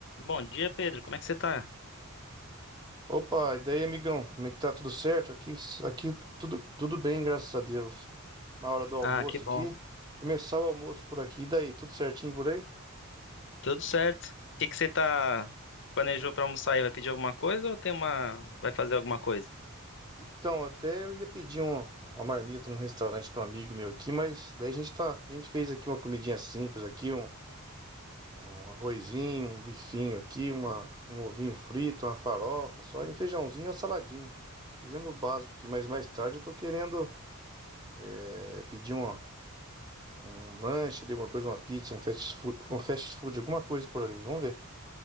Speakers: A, on the left; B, on the right.
A: Bom dia, Pedro. Como é que você tá?
B: Opa, e daí, amigão? Como é que tá? Tudo certo? Aqui, aqui tudo, tudo bem, graças a Deus. Na hora do almoço
A: Ah, que bom.
B: aqui, começar o almoço por aqui. E daí, tudo certinho por aí?
A: Tudo certo. O que que você tá planejou pra almoçar aí? Vai pedir alguma coisa ou tem uma vai fazer alguma coisa?
B: Então, até eu ia pedir um- uma marmita no restaurante de um amigo meu aqui, mas daí a gente tá, a gente fez aqui uma comidinha simples aqui, um, um arrozinho, um bifinho aqui, uma, um ovinho frito, uma farofa, só e um feijãozinho e uma saladinha. Fizemos o básico aqui, mas mais tarde eu tô querendo é, pedir uma Um lanche ali, alguma coisa, uma pizza, um fast food, um fast food, alguma coisa por ali. Vamos ver.